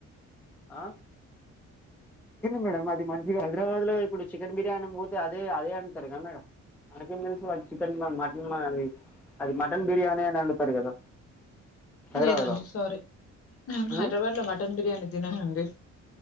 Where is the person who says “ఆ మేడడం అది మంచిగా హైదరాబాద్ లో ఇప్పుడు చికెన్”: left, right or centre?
Centre